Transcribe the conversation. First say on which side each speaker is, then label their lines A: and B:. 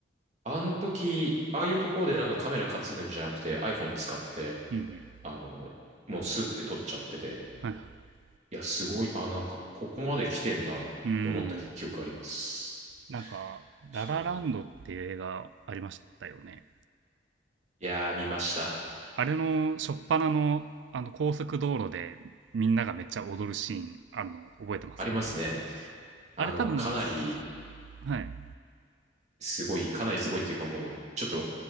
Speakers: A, on the right; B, on the right.
A: あの時、ああいうところでなんかカメラ担ぐんじゃなくて iPhone 使って、
B: うんうん。
A: あの、もうスッて撮っちゃってて、
B: はいはいはい。
A: いや、すごい、あ、なんかここまで来てんだって思った記憶あります。
B: うん。なんか、ララランドっていう映画ありましたよね。
A: そう。いやー、見ました。
B: あれの初っ端のあの高速道路でみんながめっちゃ踊るシーンあるの覚えてますか
A: ありますね。あの、
B: あれ多分、
A: かなり
B: すはい。
A: すごい、かなりすごいっていうかもう、ちょっと